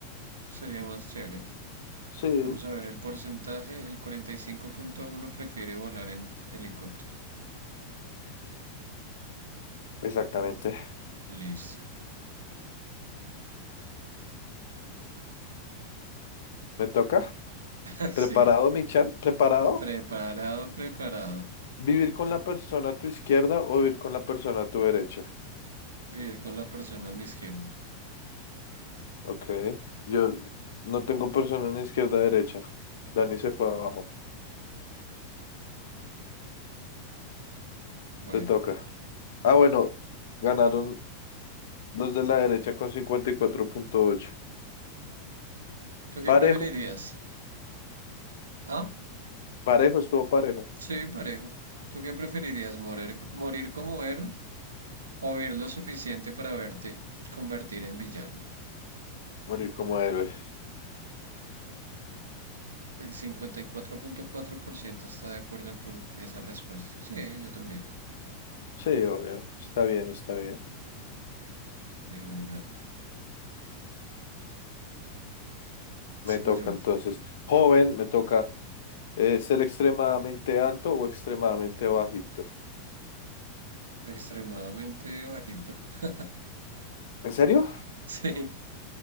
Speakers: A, on the right; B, on the left.
A: Sería más chévere.
B: Sí,
A: Vamos a ver el porcentaje. El 45.1 prefiere volar en helicóptero.
B: Exactamente.
A: Buah, listo.
B: Me toca.
A: <laughs> Sí.
B: ¿Preparado, mi chan? ¿Preparado?
A: Preparado, preparado.
B: ¿Vivir con la persona a tu izquierda o vivir con la persona a tu derecha?
A: Vivir con la persona a mi izquierda.
B: Ok. Yo no tengo persona ni izquierda ni derecha. Dani se fue abajo.
A: Bueno.
B: Te toca. Ah, bueno. Ganaron los de la derecha con cincuenta y cuatro punto ocho.
A: ¿Tú qué
B: Parejo.
A: preferirías? Ah,
B: Parejo, estuvo parejo.
A: sí, parejo. ¿Tú qué preferirías? ¿Morir, morir como héroe o ver lo suficiente para verte convertir en villano.
B: Morir como héroe.
A: El cincuenta y cuatro cuatro punto cuatro por ciento está de acuerdo con esa respuesta. Sí, yo también.
B: Sí, obvio. Está bien, está bien.
A: De una.
B: Me
A: Sigo
B: toca
A: yo.
B: entonces. Joven, me toca eh, ser extremadamente alto o extremadamente bajito.
A: Extremadamente bajito. <laughs>
B: ¿En serio?
A: Sí,